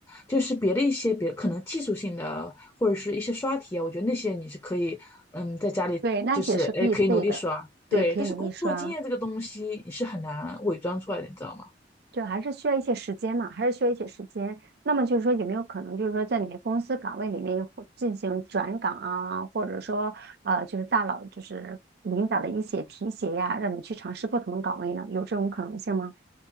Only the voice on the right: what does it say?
对，那些是可以背的，
对，可以努力刷。
就还是需要一些时间嘛，还是需要一些时间。那么就是说，有没有可能就是说，在你的公司岗位里面或进行转岗啊，或者说呃，就是大佬就是领导的一些提携呀，让你去尝试不同的岗位呢？有这种可能性吗？